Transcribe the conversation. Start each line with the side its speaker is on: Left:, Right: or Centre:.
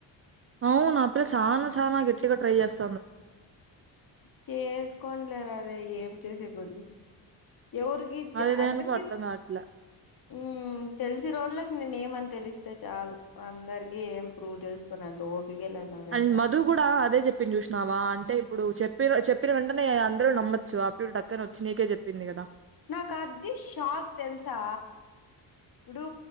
Right: అవు నా పిల్ల చానా చానా గట్టిగా ట్రై చేస్
Left: చేసుకోన్లేరరే ఏం చేసే కొంది ఎవుర్కి
Right: అది దేనికో
Left: అందర్కి
Right: అర్థం గావట్లే.
Left: మ్ తెల్సి రోళ్ళక్ నేను ఏం అని తెలిస్తే చాలు అందరికి ఏం ప్రూవ్ చేసుకునేంత ఓపికే లేదు నా దగ్గర
Right: అండ్ మధూ గూడా అదే చెప్పిండ్ చూసినా వా అంటే ఇప్పుడు చెప్పిర్ చెప్పిన వెంటనే అందరు నమ్మొచ్చు ఆ పిల్ల టక్కన ఒచ్చి నీకే చెప్పింది కదా
Left: నాకాద్ది షాక్ తెల్సా ఇప్పుడూ